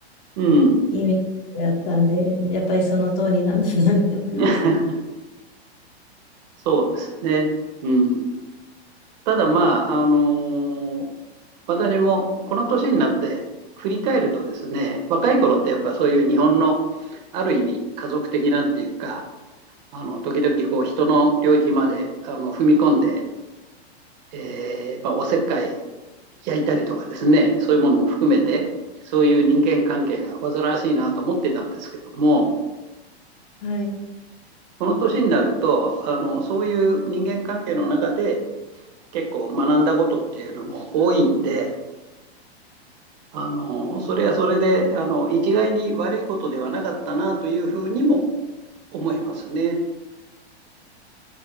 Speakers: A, on the right; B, on the left.
A: うん。
B: いイメージがあったんで、やっぱりその通りなんだなって思いました。
A: <laughs> そうですね。うん。ただまあ、あのー私もこの年になって振り返るとですね、若い頃ってやっぱそういう日本のある意味家族的なっていうか、あの、時々こう人の領域まであの踏み込んで、えーまあ、おせっかい焼いたりとかですね、そういうものも含めて、そういう人間関係が煩わしいなと思ってたんですけども、
B: はい。
A: この年になると、あのそういう人間関係の中で結構学んだことっていうのも多いんで、あのそれはそれであの一概に悪いことではなかったなというふうにも思えますね。